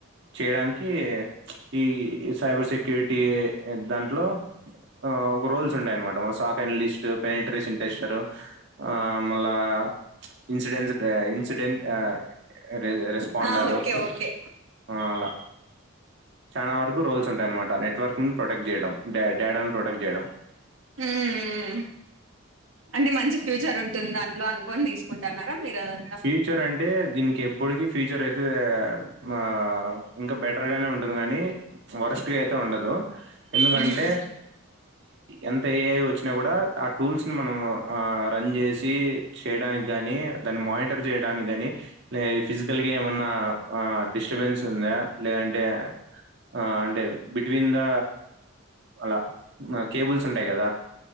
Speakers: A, on the right (about 55°); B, on the right (about 75°).
A: చేయడానికి ఈ సైబర్ సెక్యూరిటీ దాంట్లో ఒక రోల్స్ ఉంటాయన్నమాట మన సాక్ ఎనలిస్ట్ <unintelligible> ఆ మళ్ళ ఇన్సిడెం ఇన్సిడెంట్ ఆ ర రెస్పండారు
B: హ్మ్ ఆ ఓకే ఓకే
A: ఆ అలా చాలా వరకు రోల్స్ ఉంటాయన్నమాట నెట్వర్క్ ను ప్రొటెక్ట్ చేయడం డాడాని ప్రొటెక్ట్ చేయడం
B: హ్మ్ హ్మ్. అంటే మంచి ఫ్యూచర్ ఉంటుంది దాంట్లో అనుకొని తీసుకుంటాన్నారా మీరు అదంతా
A: ఫ్యూచర్ అంటే దీనికి ఎప్పటికి ఫ్యూచర్ అయితే ఆ ఇంకా బెటర్ గానే ఉంటుంది గానీ వరస్ట్గా అయితే ఉండదు ఎందుకంటే
B: హ్మ్
A: ఎంత ఏ వచ్చిన కూడాూఆ టూల్స్ ని మనం రన్ చేసి చేయడా నీ దాన్ని మాయిట్ చేయడానికిని ఫిజ కలికి ఏమన్నా డిస్టర్బెన్స్ ఉందా లేదంటే ఆ అంటే బిట్వీన్ ద అలా కేబుల్స్ ఉంటాయి కదా